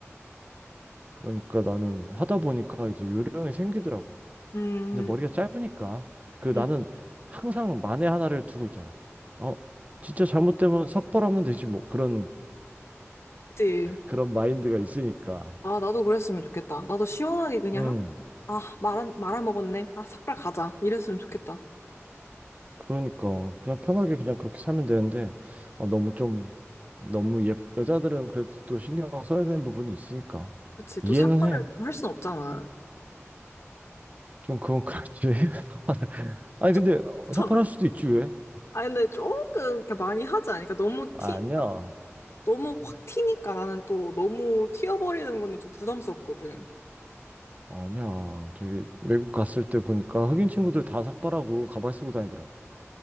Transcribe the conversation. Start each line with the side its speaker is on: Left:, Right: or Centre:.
Right: 그러니까 나는 하다 보니까 이제 요령이 생기더라고.
Left: 음,
Right: 근데 머리가 짧으니까. 그리고
Left: 음,
Right: 나는 항상 만에 하나를 두고 있잖아. 어, 진짜 잘못되면 삭발하면 되지 뭐. 그런,
Left: 그치.
Right: 그런 마인드가 있으니까.
Left: 아, 나도 그랬으면 좋겠다. 나도 시원하게 그냥,
Right: 음.
Left: 한- 아, 말아, 말아먹었네. 아, 삭발 가자. 이랬으면 좋겠다.
Right: 그러니까 그냥 편하게 그냥 그렇게 살면 되는데 어, 너무 좀 너무 예 여자들은 그래도 또 신경 써야 되는 부분이 있으니까
Left: 그치. 또
Right: 이해는
Left: 삭발을
Right: 해.
Left: 할 순 없잖아.
Right: 좀 그건 그렇지. <laughs> 삭발을. 아니
Left: 좀
Right: 근데 어,
Left: 추천을.
Right: 삭발할 수도 있지 왜?
Left: 아 근데 조금 이렇게 많이 하지 않으니까 너무
Right: 아,
Left: 티
Right: 아니야.
Left: 그러니까 너무 확 튀니까 나는 또 너무 튀어버리는 거는 좀 부담스럽거든.
Right: 아니야. 저기 외국 갔을 때 보니까 흑인 친구들 다 삭발하고 가발 쓰고 다니더라.